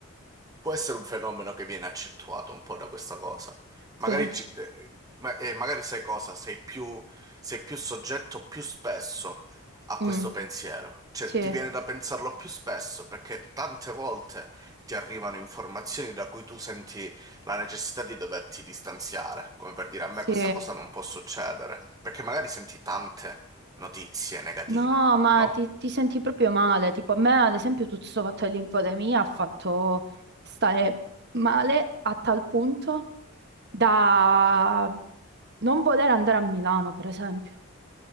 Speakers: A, on the right; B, on the right.
A: Può essere un fenomeno che viene accentuato un po' da questa cosa. Magari,
B: Sì.
A: ci- eh, ma- eh, magari sai cosa? Sei più, sei più soggetto più spesso a
B: Mm,
A: questo pensiero. Cioè,
B: sì.
A: ti viene da pensarlo più spesso perché tante volte ti arrivano informazioni da cui tu senti la necessità di doverti distanziare. Come per dire, a me
B: Sì,
A: questa cosa non può succedere. Perché magari senti tante notizie negative,
B: no, ma
A: no?
B: ti, ti senti proprio male. Tipo, a me, ad esempio, tutto questo fatto dell'infodemia ha fatto stare male a tal punto da non voler andare a Milano, per esempio,